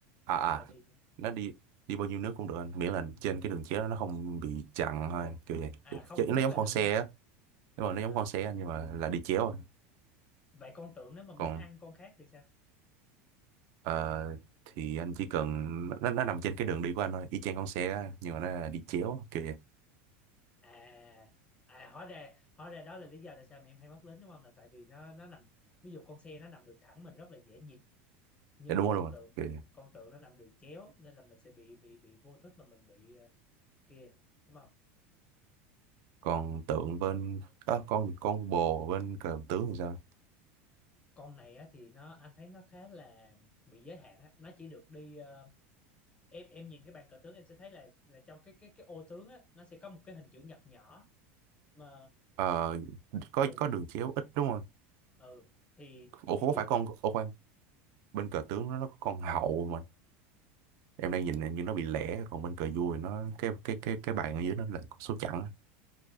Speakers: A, on the right; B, on the left.
A: à à
B: hay là đi sao
A: nó đi đi bao nhiêu nước cũng được anh miễn là trên cái đường chéo đó nó không bị chặn thôi
B: không
A: kiểu vậy
B: à không
A: Chứ
B: vướng
A: nó giống
B: là
A: con
B: được
A: xe
B: luôn
A: á nhưng
B: à
A: mà nó giống con xe anh nhưng mà là đi chéo thôi
B: vậy con tưởng nếu mà muốn
A: còn
B: ăn con khác thì sao
A: ờ, thì anh chỉ cần nó, nó nằm trên cái đường đi của anh thôi y chang con xe á nhưng mà nó là đi chéo kiểu vậy
B: à à hóa ra hóa ra đó là lý do tại sao mà em hay mắc lính đúng không là tại vì nó nó nằm ví dụ con xe nó nằm đường thẳng mình rất là dễ nhìn nhưng
A: Dạ, đúng
B: mà
A: rồi
B: con
A: đúng rồi
B: tượng
A: kiểu vậy.
B: con tượng nó nằm đường chéo nên là mình sẽ bị bị bị vô thức mà mình bị ờ, kia đúng không
A: còn tượng bên á, con con bồ bên cờ tướng thì sao
B: con này á thì nó anh thấy nó khá là bị giới hạn á nó chỉ được đi ờ, em em nhìn cái bàn cờ tướng em sẽ thấy là là trong cái cái cái ô tướng á nó sẽ có một cái hình chữ nhật nhỏ mà
A: Ờ, có
B: ừ
A: có đường chéo ít đúng không?
B: ừ thì
A: Ủa
B: thì
A: có
B: cái
A: phải con ủa khoan, bên cờ tướng nó nó có con hậu mà. Em đang nhìn như nó bị lẻ còn bên cờ vua thì nó cái cái cái cái bàn ở dưới nó là có số chẵn.